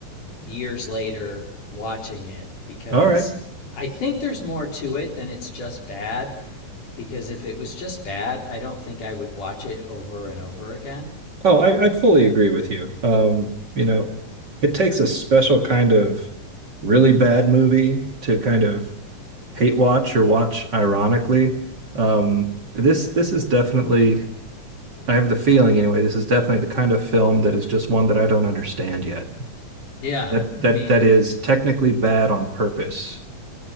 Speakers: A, on the left (about 80°); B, on the right (about 40°).
A: years later watching it because
B: All right.
A: I think there's more to it than it's just bad because if it was just bad, I don't think I would watch it over and over again.
B: Oh, I, I fully agree with you. Um, you know, it takes a special kind of really bad movie to kind of hate watch or watch ironically. Um, this this is definitely I have the feeling anyway, this is definitely the kind of film that is just one that I don't understand yet.
A: Yeah,
B: That that
A: I mean,
B: that is technically bad on purpose.